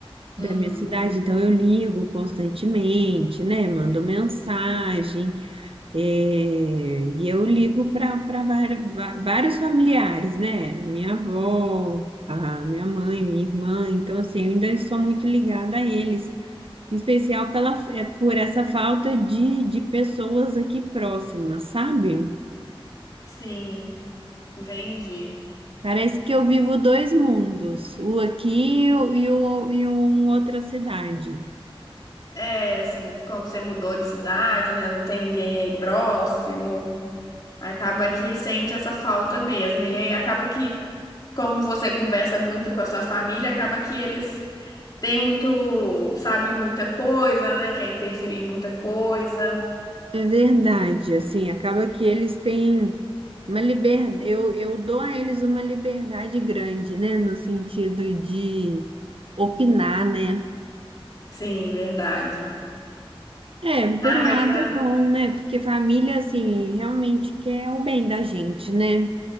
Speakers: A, on the left (about 40°); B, on the right (about 65°).
A: Uhum.
B: da minha cidade. Então, eu ligo constantemente, né, mando mensagem. É, e eu ligo para vários familiares, né? A minha avó, a minha mãe, minha irmã. Então, assim, eu ainda sou muito ligada a eles, em especial pela, é, por essa falta de, de pessoas aqui próximas, sabe?
A: Sim, entendi.
B: Parece que eu vivo dois mundos, o aqui e, o, e o- e um outra cidade.
A: É, assim, como você mudou de cidade, né? Não tem ninguém aí próximo. Acaba que sente essa falta mesmo. E aí acaba que, como você conversa muito com a sua família, acaba que eles têm muito, sabe, muita coisa, né? Quer interferir em muita coisa.
B: É verdade, assim, acaba que eles têm uma liberdade, eu, eu dou a eles uma liberdade grande, né, no sentido de opinar, né?
A: Sim, verdade.
B: É, por
A: Ah,
B: um
A: mas
B: lado
A: ah,
B: é bom, né? Porque família, assim, realmente quer o bem da gente, né?